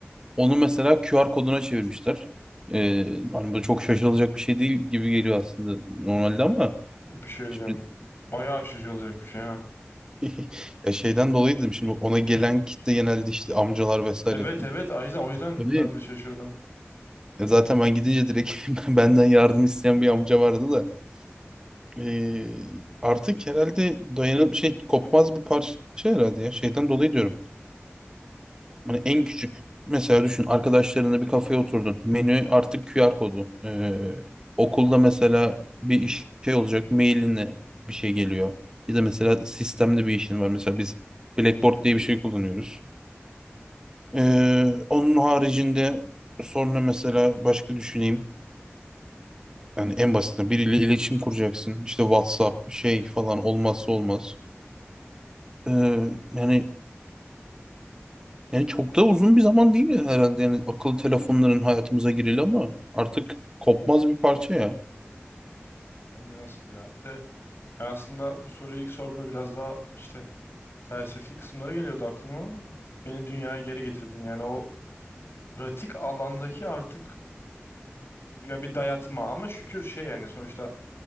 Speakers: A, on the right; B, on the left.
A: Onu mesela QR koduna çevirmişler. E, hani bu çok şaşılacak bir şey değil gibi geliyor aslında normalde ama
B: Bir şey diyeceğim.
A: şimdi
B: Bayağı şaşırılacak bir şey ha.
A: <laughs> ya şeyden dolayı dedim şimdi ona gelen kitle genelde işte amcalar vesaire
B: Evet evet Ayza o yüzden
A: genelde
B: ben de şaşırdım.
A: E, Zaten ben gidince direkt <laughs> benden yardım isteyen bir amca vardı da. E, artık herhalde dayanıp şey kopmaz bir parça herhalde ya. Şeyden dolayı diyorum. Hani en küçük mesela düşün arkadaşlarınla bir kafeye oturdun. Menü artık QR kodu. E, okulda mesela bir iş şey olacak mailinle bir şey geliyor. Ya da mesela sistemde bir işin var. Mesela biz Blackboard diye bir şey kullanıyoruz. E, onun haricinde sonra mesela başka düşüneyim. Yani en basitinden biriyle iletişim kuracaksın. İşte WhatsApp şey falan olmazsa olmaz. Ee, yani yani çok da uzun bir zaman değil herhalde. Yani akıllı telefonların hayatımıza gireli ama artık kopmaz bir parça ya.
B: Hem de nasıl ya. Bir de ben aslında bu soruyu ilk sorduğumda biraz daha işte felsefi kısımları geliyordu aklıma. Beni dünyaya geri getirdin. Yani o pratik alandaki artık ya bir dayatma ama şükür şey yani sonuçta